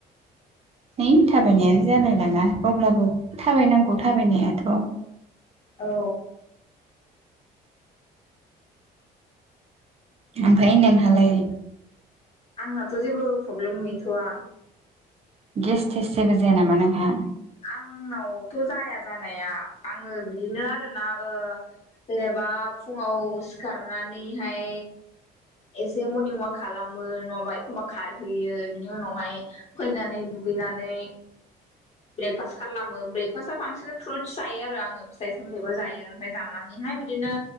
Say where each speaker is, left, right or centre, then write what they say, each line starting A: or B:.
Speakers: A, on the right; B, on the left.
A: नै थाबायनायानो जालायलाङा अब्लाबो थाबायनांगौ थाबायनायाथ'।
B: औ।
A: ओमफ्राय इमहाालाय।
B: आंनाथ' जेबो प्रब्लेम गैथ'वा।
A: गेस थटेस जेबो जाया नामा नोंहा?
B: आंनावथ' जाया जानाया आङो बिदिनो आरोना ओ जेनेबा बा फुङाव सिखारनानैहाय एसे मर्निं ववाक खालामो नङाबा एखमबा खारहैयो बिनि उनावहाय फैनानै दुगैनानै।
A: <inaudible>
B: ब्रेकफास्ट खालामो ब्रेकफास्टआव बांसिन फ्रुइ्स जायो आरो आङो फिथाइ सामथायाइबो जायो ओमफ्राय जानानैहाय बिदि बिदिनो